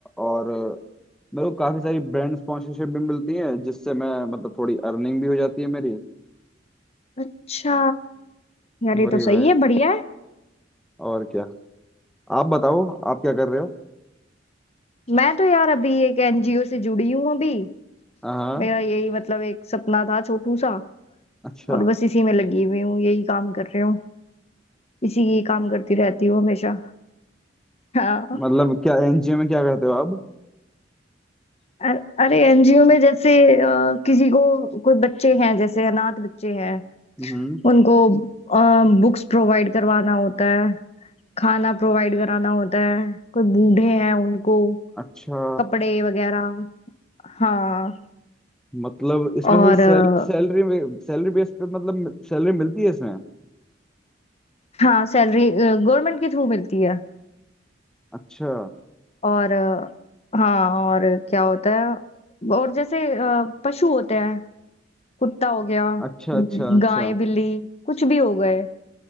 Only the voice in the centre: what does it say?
और मेरे को काफी सारी ब्रांड स्पॉन्सरशिप भी मिलती है जिससे मैं मतलब थोड़ी अर्निंग भी हो जाती है मेरी
वही
वही
और क्या आप बताओ आप क्या कर रहे हो
हाँ
अच्छा
मतलब क्या एनजीओ में क्या करते हो आप
हम्म
अच्छा
मतलब इसमें
कोई सैलरी
सैलरी बेस पे मतलब सैलरी मिलती है इसमें
अच्छा
अच्छा अच्छा अच्छा